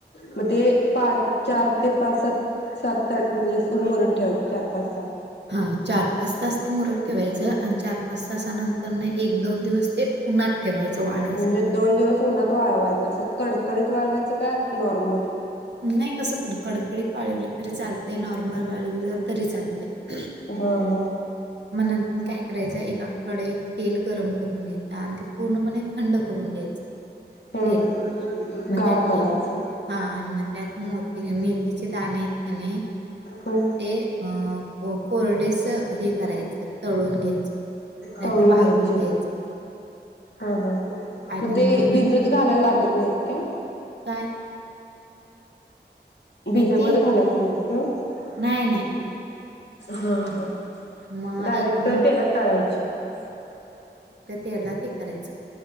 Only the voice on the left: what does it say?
म ते पाच चार ते पाच सात सात आठ <unintelligible> मुरत ठेवायच चार पाच सात
म्हणजे दोन दिवस उन्हात वाळवायचं असं कडकडीत वाळवायचं काय नॉर्मल?
हा हा
त
गार
करायचं.
हम्म
तळून
घ्यायची,
हा हा
मग ते
भिजत घाला लागत नाहीत काय?
भिजवत घालायच नई काय?
ह ह
डायरेक्ट
तेलात तळायचे. <unintelligible>